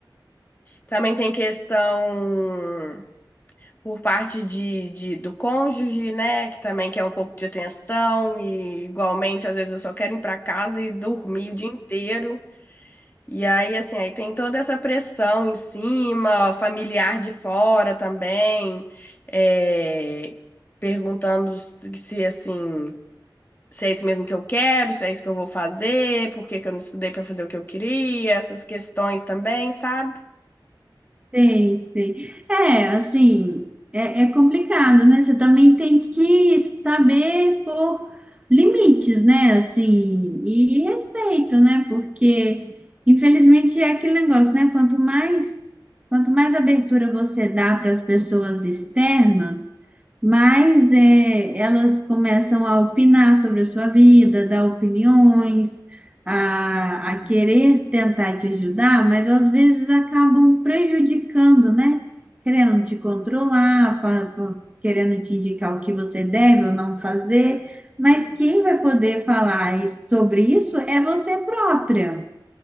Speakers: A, on the left; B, on the right.
A: Também tem questão por parte de, de- do cônjuge, né, que também quer um pouco de atenção, e igualmente, às vezes eu só quero ir para casa e dormir o dia inteiro. E aí, assim, aí tem toda essa pressão em cima, familiar de fora também, é, perguntando se, assim, se é isso mesmo que eu quero, se é isso que eu vou fazer, por que que eu não estudei para fazer o que eu queria, essas questões também, sabe?
B: Sei, sei. É, assim, é, é complicado, né? Você também tem que saber pôr limites, né? Assim, e respeito, né? Porque, infelizmente, é aquele negócio, né? Quanto mais, quanto mais abertura você dá para as pessoas externas, mais é, elas começam a opinar sobre a sua vida, dar opiniões a, a querer tentar te ajudar, mas às vezes acabam prejudicando, né? Querendo te controlar, fa- fa- querendo te indicar o que você deve ou não fazer, mas quem vai poder falar isso- sobre isso é você própria.